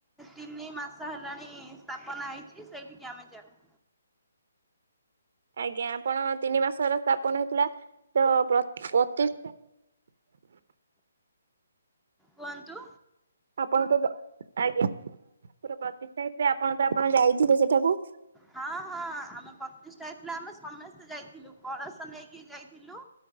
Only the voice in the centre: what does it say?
ତିନି ମାସ ହେଲାଣି ସ୍ଥାପନା ହେଇଛି ସେଇଠିକି ଆମେ ଯାଉ।
କୁହନ୍ତୁ?
ହଁ ହଁ ଆମେ ପ୍ରତିଷ୍ଠା ହେଇଥିଲା ଆମେ ସମସ୍ତେ ଯାଇଥିଲୁ କଳସ ନେଇକି ଯାଇଥିଲୁ।